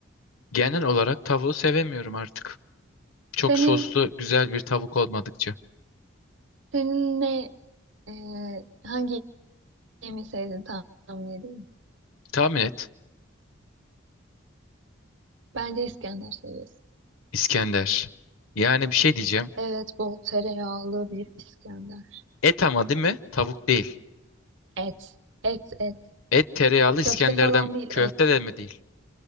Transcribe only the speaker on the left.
genel olarak tavuğu sevemiyorum artık. Çok
soslu, güzel bir tavuk olmadıkça.
Tahmin et.
İskender. Yani bir şey diyeceğim.
Et ama değil mi? Tavuk değil.
Et tereyağlı
İskender'den
köfte
de mi değil?